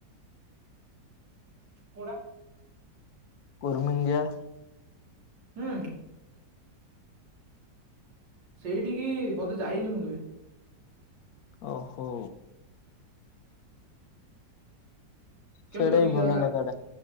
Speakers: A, on the right (about 70°); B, on the left (about 65°).
A: କୋଉଟା?
B: କୁର୍ମିଙ୍ଗ ଯିଆ
A: ହୁଁ। ସେଇଠିକି ବୋଧେ ଯାଇନି ମୁଁ କେବେ।
B: ଓହୋ!
A: କେମିତି
B: ସେଇଟା
A: ଅଛି
B: ବି
A: କି
B: ଭଲ
A: ଜାଗା ଟା
B: ଜାଗାଟା